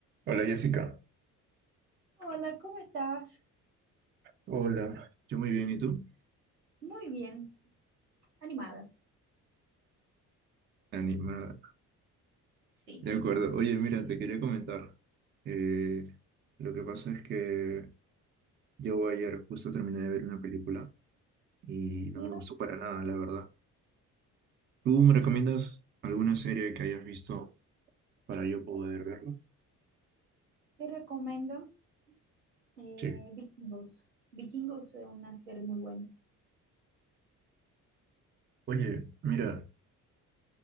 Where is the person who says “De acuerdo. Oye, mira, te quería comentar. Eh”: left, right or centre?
Right